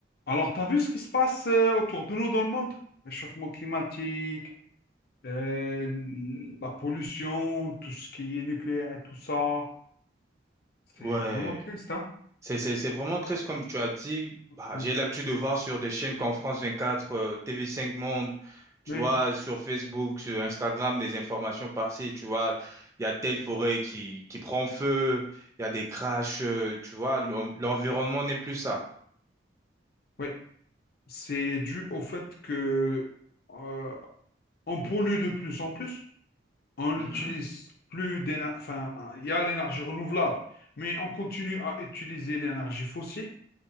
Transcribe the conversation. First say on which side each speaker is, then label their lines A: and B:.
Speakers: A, on the left; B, on the right.
A: Alors, t'as vu ce qui se passe euh, autour de nous dans le monde? Réchauffement climatique, euh, la pollution, tout ce qui est nucléaire et tout ça. C'est
B: Ouais,
A: vraiment triste, hein?
B: c'est, c'est, c'est vraiment triste comme tu as dit. Bah,
A: Mm.
B: j'ai l'habitude de voir sur des chaînes comme France 24, euh, tv cinq Monde, tu
A: Oui,
B: vois, sur Facebook, sur Instagram, des informations par-ci, tu vois, il y a telle forêt qui, qui prend feu, il y a des crashs, euh, tu vois, l'en- l'environnement n'est plus ça.
A: oui. C'est dû au fait que euh, on pollue de plus en plus. On n'utilise
B: Mhm.
A: plus d'énergie. Enfin, il y a l'énergie renouvelable, mais on continue à utiliser l'énergie fossile.